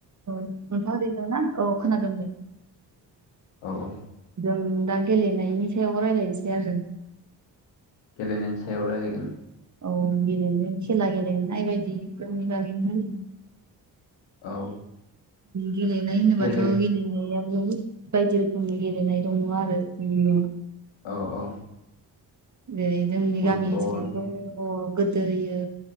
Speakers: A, on the right; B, on the left.
A: औ नोंथां ओरैनो ना औ खोनादों दे।
B: औ औ
A: जों दा गेलेनायनि सायावबो रायलायनोसै आरो‌।
B: गेलेनायनि सायाव रायलायगोन।
A: औ गेलेनो खेला गेलेनाय बायदिफोरनि बागैनो।
B: औ।
A: गेलनाय होनोबाथ'
B: गेले
A: गेलनाय बायदि रोखोमनि गेलेनाय दङ आरो जों
B: औ औ।
A: जेरै जोंनि
B: फुटबल
A: गामि ओनसोलथ' गोदोयो